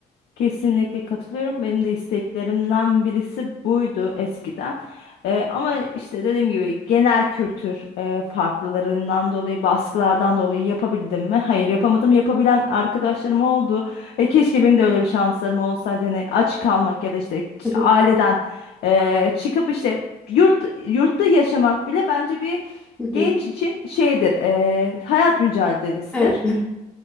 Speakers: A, on the left (about 55°); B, in the centre.
A: Kesinlikle katılıyorum. Benim de isteklerimden birisi buydu eskiden. Eee, ama işte dediğim gibi genel kültür eee, farklılarından dolayı, baskılardan dolayı yapabildim mi? Hayır yapamadım. Yapabilen arkadaşlarım oldu. E, keşke benim de öyle bir şanslarım olsaydı. Hani aç kalmak ya da işte ç-
B: Hı hı,
A: aileden eee, çıkıp işte yurt yurtta yaşamak bile bence bir
B: hı hı.
A: genç için şeydir, eee, hayat mücadelesidir.
B: Evet,